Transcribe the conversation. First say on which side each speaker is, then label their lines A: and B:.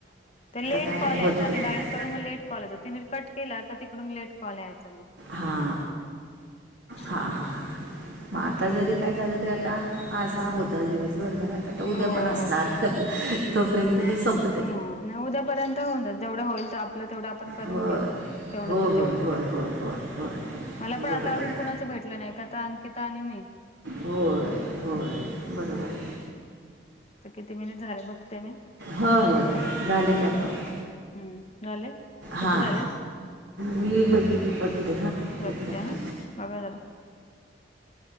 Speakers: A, on the left; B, on the right.
A: ते लेट
B: काय
A: कॉल यायचा
B: होतं
A: आणि
B: आहे
A: डाईल करून म लेट कॉल यायचा ती नीट कट केला का तिकडून लेट कॉल यायचं म.
B: हा हा
A: हम्म
B: हा म आता जरी काय झालं तरी आता
A: हम्म
B: आज हा होता दिवसभर घरात आता उद्या
A: हो
B: पण असणार
A: हो
B: तोपर्यंत हे संप
A: हा नाही उद्यापर्यंत होऊन दे जेवढं होईल ते आपलं तेवढं आपण करून
B: होय
A: घेऊ तेवढं
B: हो
A: तर तेवढं.
B: होय होय होय होय होय
A: मला पण
B: बरोबर
A: आता अजून कुणाचं भेटलं नाही का आता अंकिता आणि मी
B: होय होय
A: हम्म हम्म
B: बरोबर
A: तर किती मिनिट झाले बघते मी.
B: हा होय होय हो झाले का बघ?
A: हम्म झाले. किती
B: हां
A: झालेत
B: मी बघित बघते हां एक
A: बघते
B: मिनिट
A: हा बघा जरा.